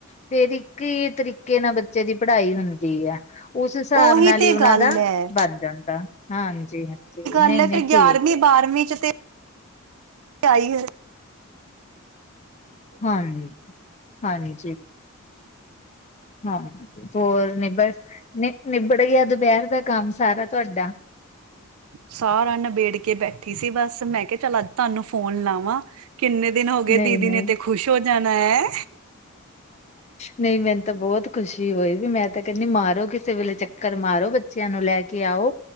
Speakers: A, on the left (about 30°); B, on the right (about 80°).
A: ਫਿਰ ਇੱਕ ਹੀ ਤਰੀਕੇ ਨਾਲ ਬੱਚੇ ਦੀ ਪੜ੍ਹਾਈ ਹੁੰਦੀ ਆ ਉਸ ਹਿਸਾਬ
B: ਉਹੀ
A: ਨਾਲ
B: ਤੇ
A: ਹੀ ਉਹਨਾ
B: ਗੱਲ
A: ਦਾ
B: ਹੈ
A: ਬਣ ਜਾਂਦਾ ਹਾਂਜੀ ਹਾਂਜੀ ਨਹੀਂ
B: ਹਲੇ
A: ਨਹੀਂ
B: ਤੇ ਗਿਆਰਵੀਂ
A: ਠੀਕ ਹੈ।
B: ਬਾਰਵੀਂ 'ਚ ਤੇ ਆਈ ਹੈ
A: ਹਾਂਜੀ ਹਾਂਜੀ ਹਾਂਜੀ, ਹੋਰ ਨਿਬੜ, ਨਿਬੜ ਗਿਆ ਦੁਪਹਿਰ ਦਾ ਕੰਮ ਸਾਰਾ ਤੁਹਾਡਾ
B: ਸਾਰਾ ਨਿਬੇੜ ਕੇ ਬੈਠੀ ਸੀ ਬਸ ਮੈਂ ਕ ਚੱਲ ਅੱਜ ਤੁਹਾਨੂੰ ਫੋਨ ਲਾਵਾਂ, ਕਿੰਨੇ ਦਿਨ ਹੋ ਗਏ
A: ਨਹੀਂ
B: ਦੀਦੀ
A: ਨਹੀਂ
B: ਨੇ ਤੇ ਖੁਸ਼ ਹੋ ਜਾਣਾ ਹੈਂ
A: ਨਹੀਂ ਮੈਨੂੰ ਤਾਂ ਬਹੁਤ ਖੁਸ਼ੀ ਹੋਈ ਵੀ ਮੈਂ ਤਾਂ ਕਹਿੰਦੀ ਮਾਰੋ ਕਿਸੇ ਵੇਲੇ ਚੱਕਰ ਮਾਰੋ ਬੱਚਿਆਂ ਨੂੰ ਲੈ ਕੇ ਆਓ